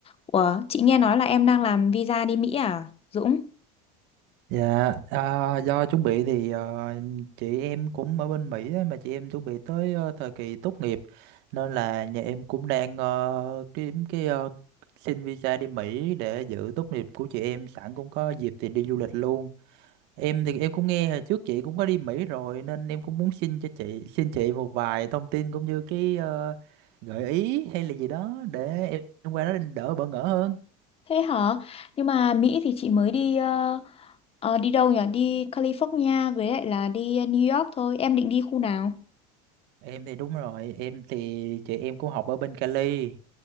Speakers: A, on the left; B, on the right.
A: Ủa, chị nghe nói là em đang làm visa đi Mỹ à, Dũng?
B: Dạ, à, do chuẩn bị thì ờ, chị em cũng ở bên Mỹ á, mà chị em chuẩn bị tới ờ, thời kỳ tốt nghiệp nên là nhà em cũng đang ờ, kiếm cái ờ, xin visa đi Mỹ để dự tốt nghiệp của chị em sẵn cũng có dịp thì đi du lịch luôn. Em thì em cũng nghe hồi trước chị cũng có đi Mỹ rồi nên em cũng muốn xin cho chị xin chị một vài thông tin cũng như cái ờ, gợi ý hay là gì đó để em qua đó đỡ bỡ ngỡ hơn.
A: Thế hả? Nhưng mà Mỹ thì chị mới đi ờ, ờ, đi đâu nhỉ? Đi California với lại là đi ờ, New York thôi. Em định đi khu nào?
B: Em thì đúng rồi, em thì chị em cũng học ở bên Cali